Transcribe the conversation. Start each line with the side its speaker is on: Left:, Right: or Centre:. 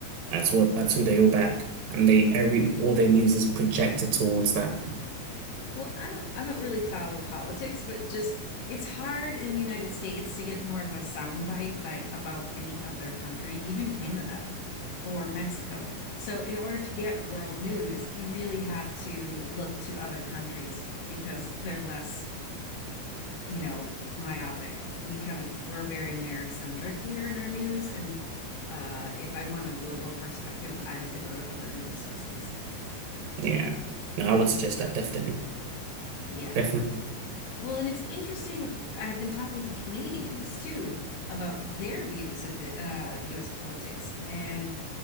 Right: That's what that's who they all back, and they every all their news is projected towards that.
Left: Well, I don't I don't really follow politics, but just it's hard in the United States to get more of a soundbite by about any other country, even Canada or Mexico. So in order to get world news, you really have to look to other countries because they're less, you know, myopic. We kind of we're very Americentric here in our news, and uh, if I want a global perspective, I have to go to other news sources.
Right: Yeah, no, I would suggest that definitely,
Left: Yeah.
Right: definitely.
Left: Well, and it's interesting. uh, I've been talking to Canadians too about their views of the uh, US politics, and